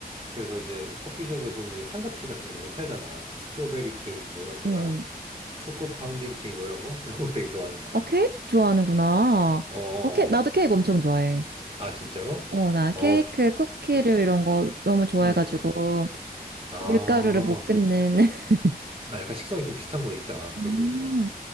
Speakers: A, on the right; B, on the right.
A: 그래서 이제 커피숍에 보면 삼각 케이크 같은 거 많이 팔잖아. 스트로베리 케이크 뭐 이런 거랑,
B: 응,
A: 초코 파운딩 케이크 뭐 이런 거? <laughs> 이런 거 되게 좋아하는 것
B: 어,
A: 같아.
B: 케이크 좋아하는구나.
A: 어. 어, 어.
B: 어, 케 나도 케이크 엄청 좋아해.
A: 아, 진짜로?
B: 어, 나 케이크,
A: 어,
B: 쿠키를
A: 음,
B: 이런 거 너무 좋아해가지고
A: 음, 음. 아,
B: 밀가루를 못 끊는. <laughs>
A: 아, 약간 식성이 좀 비슷한 거 있다.
B: 음,
A: 그렇게 보면.